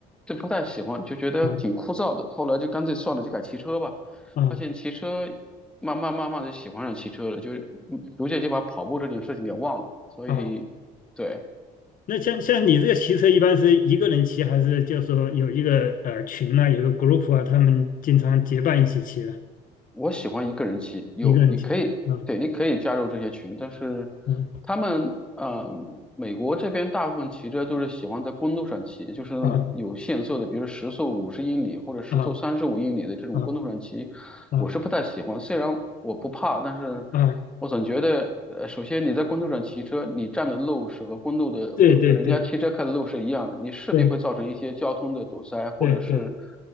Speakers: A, in the centre; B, on the left.
A: 这不太喜欢，就觉得挺枯燥的。
B: 啊
A: 后来就干脆算了，就改骑车吧。
B: 啊
A: 发现骑车慢慢慢慢的喜欢上骑车了，就是嗯逐渐就把跑步这件事情给忘了。所以，
B: 啊。
A: 对，
B: 那像像你这个骑车，一般是一个人骑，还是就是说有一个呃群呐、有个 group 啊，他们经常结伴一起骑的，
A: 我喜欢一个人骑，有你可以，
B: 一个人骑。啊
A: 对，你可以加入这些群，但是
B: 啊
A: 他们，嗯、美国这边大部分骑车都是喜欢在公路上骑，就是那么有限速的，
B: 啊
A: 比如时速五十英里或者时速三十五英里的这种公路上骑，
B: 啊啊啊
A: 我是不太喜欢。虽然我不怕，但是
B: 啊！
A: 我总觉得，呃，首先你在公路上骑车，你占的路是和公路的和和人家汽车开的路是一样的，
B: 对对对
A: 你势必会造成一些交通的堵塞，
B: 对
A: 或者是
B: 对对